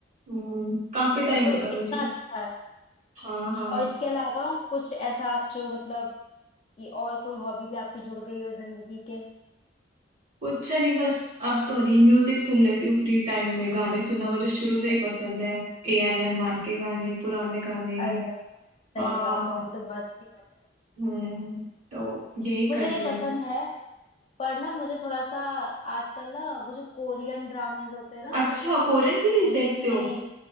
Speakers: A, on the right; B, on the left.
A: हम्म, काफी टाइम
B: ये तो
A: हो गया मुझे
B: इतना अच्छा है
A: हाँ हाँ
B: और इसके अलावा कुछ ऐसा आप जो मतलब ये और कोई हॉबी भी आपकी जुड़ गई हो जिंदगी के
A: कुछ नहीं बस अब तो नहीं म्यूजिक सुन लेती हूँ फ्री टाइम में गाने सुनना मुझे शुरू से ही
B: अच्छा
A: पसंद है ए आर रहमान के गाने पुराने गाने
B: अरे वाह
A: हाँ
B: सही बात है ये तो बहुत अच्छी बात है
A: हम्म तो यही
B: मुझे
A: कर रही
B: भी पसंद
A: हूँ
B: है पर ना मुझे थोड़ा सा आजकल ना वो जो कोरियन ड्रामेज होते हैं ना
A: अच्छा कोरियन
B: तो
A: सीरीज
B: कोरियन
A: देखते
B: सीरीज
A: हो